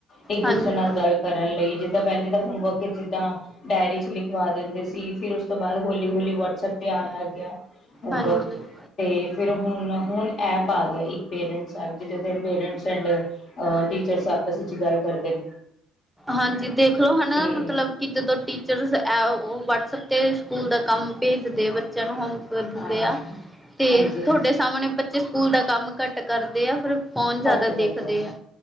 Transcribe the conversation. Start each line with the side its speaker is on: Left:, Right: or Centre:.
Left: ਇੱਕ ਦੂਸਰੇ
Centre: ਹਾਂਜੀ,
Left: ਨਾਲ ਗੱਲ ਕਰਨ ਲਈ ਜਿੱਦਾਂ ਪੇਲੇ ਦਾ ਹੋਮਵਰਕ ਐ ਜਿੱਦਾਂ ਡਾਇਰੀ ਚ ਲਿਖਵਾ ਦਿੰਦੇ ਸੀ ਫਿਰ ਉਸ ਤੋਂ ਬਾਅਦ ਹੌਲੀ-ਹੌਲੀ ਵਟਸਐਪ ਤੇ ਆਣ ਲੱਗ ਗੇਆ। ਹੁਣ
Centre: ਹਾਂਜੀ।
Left: ਬਸ ਤੇ ਫਿਰ ਹੁਣ- ਹੁਣ ਐਪ ਆ ਗੇਆ ਇੱਕ ਪੇਰੈਂਟਸ ਐ ਜਿਦੇ ਤੇ ਪੇਰੈਂਟਸ ਐਂਡ- ਅ ਟੀਚਰਸ ਆਪਸ ਵਿੱਚ ਗੱਲ ਕਰਦੇ ਨੇ।
Centre: ਹਾਂਜੀ, ਦੇਖਲੋ ਹਨਾ
Left: ਤੇ
Centre: ਮਤਲਬ ਕਿ ਜਦੋਂ ਟੀਚਰਸ ਐ ਓ ਵਟਸਐਪ ਤੇ ਸਕੂਲ ਦਾ ਕੰਮ ਭੇਜਦੇ ਬੱਚੇਆਂ ਨੂੰ ਹੁਣ ਦੇ ਦਿੰਦੇ
Left: ਹਾਂ
Centre: ਆ, ਤੇ
Left: ਹਾਂਜੀ
Centre: ਤੁਹਾਡੇ ਸਾਹਮਣੇ ਬੱਚੇ ਸਕੂਲ ਦਾ ਕੰਮ ਘੱਟ ਕਰਦੇ ਆ ਫਿਰ ਫੋਨ ਜ਼ਾਦਾ
Left: ਘੱਟ ਕਰਦੇ
Centre: ਦੇਖਦੇ
Left: ਨੇ
Centre: ਆ।